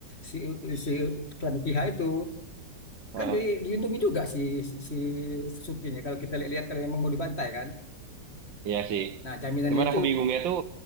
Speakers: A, on the left; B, on the right.
A: si si klan Uchiha itu
B: Oh.
A: kan di- dilindungi juga si si Sasuke-nya kalau kita lihat-lihat kalau memang mau dibantai kan
B: Iya sih.
A: nah jaminannya
B: Cuman
A: itu
B: aku bingungnya tuh,